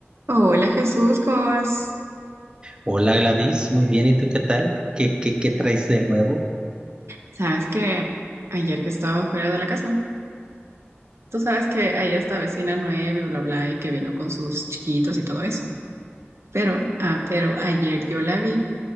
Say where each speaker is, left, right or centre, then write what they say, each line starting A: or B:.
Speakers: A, on the right; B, on the right.
A: Hola Jesús, ¿cómo vas?
B: Hola Gladys, muy bien, ¿y tú qué tal? ¿Qué, qué, qué traes de nuevo?
A: Sabes que ayer que estaba fuera de la casa, tú sabes que hay esta vecina nueva y bla bla y que vino con sus chiquitos y todo eso. Pero, ah, pero ayer yo la vi